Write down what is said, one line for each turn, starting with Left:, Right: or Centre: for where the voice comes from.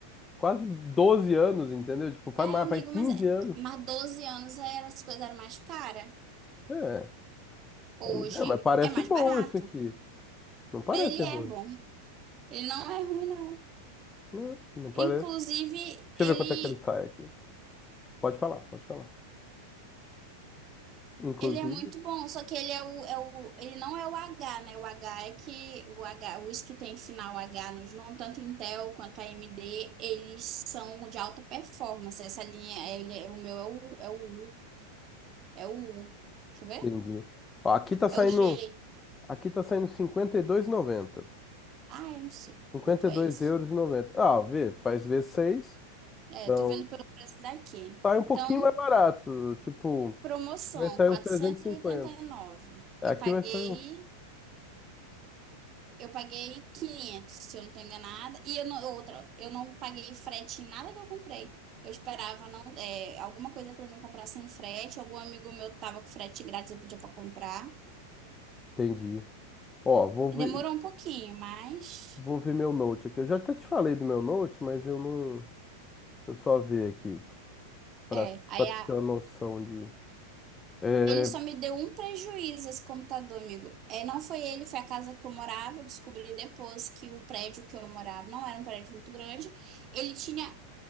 Left: quase 12 anos, entendeu? Tipo, faz
Right: É,
Left: mais,
Right: amigo,
Left: faz 15
Right: mas, é-
Left: anos.
Right: mas 12 anos era, as coisas eram mais caras.
Left: É,
Right: Hoje
Left: aí me deu, mas parece
Right: é mais
Left: bom
Right: barato.
Left: esse aqui. Não parece
Right: Mas ele é
Left: ruim,
Right: bom. Ele não é ruim, não.
Left: não, não parece.
Right: Inclusive,
Left: Deixa
Right: ele,
Left: eu ver quanto é que ele sai aqui. Pode falar, pode falar. Inclusive,
Right: ele é muito bom, só que ele é o, é o, ele não é o H, né? O H é que o H, os que tem final H nos nomes, tanto Intel quanto a AMD, eles são de alta performance. Essa linha, ele, é- o meu é o, é o É o U. Deixa eu ver.
Left: entendi. Ó, aqui tá saindo,
Right: É o G.
Left: aqui tá saindo cinquenta e dois e noventa
Right: Ah, eu não sei
Left: cinquenta
Right: quanto
Left: e
Right: é
Left: dois
Right: isso.
Left: euros e noventa Ah, vê, faz vezes seis
Right: É,
Left: Então,
Right: tô vendo pelo preço daqui.
Left: sai um pouquinho
Right: Então,
Left: mais barato. Tipo,
Right: promoção,
Left: vai sair
Right: quatrocentos
Left: uns 350.
Right: e e oitenta e nove.
Left: Aqui
Right: Eu paguei,
Left: vai sair uns.
Right: eu paguei 500, se eu não tô enganada. E eu não, outra, eu não paguei frete em nada que eu comprei. Eu esperava não, é, alguma coisa para mim comprar sem frete. Algum amigo meu tava com frete grátis, eu podia para comprar.
Left: Entendi. Ó, vou
Right: E
Left: ver,
Right: demorou um pouquinho, mas
Left: vou ver meu Note aqui. Eu já até te falei do meu Note, mas eu não. Eu só ver aqui. Pra,
Right: é. Aí
Left: pra ter
Right: a
Left: uma noção de. É.
Right: Ele só me deu um prejuízo, esse computador, amigo. É, não foi ele, foi a casa que eu morava. Eu descobri depois que o prédio que eu morava não era um prédio muito grande. Ele tinha